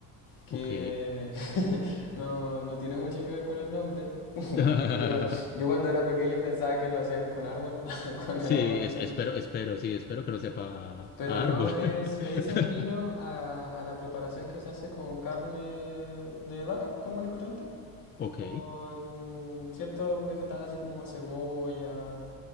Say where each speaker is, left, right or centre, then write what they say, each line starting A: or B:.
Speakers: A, on the left (about 60°); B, on the left (about 30°).
A: que
B: Ok.
A: <laughs> no, no tiene mucho que ver con el nombre,
B: <laughs>
A: porque no, yo cuando era pequeño pensaba que lo hacían con árbol, <laughs> con
B: Sí,
A: el árbol de
B: es-
A: pino,
B: espero, espero, sí, espero que no sepa
A: pero
B: a
A: no,
B: árbol.
A: es, le
B: <laughs>
A: dicen pino a, a la preparación que se hace con carne de vaca común y corriente.
B: Ok.
A: con ciertos vegetales así como cebolla.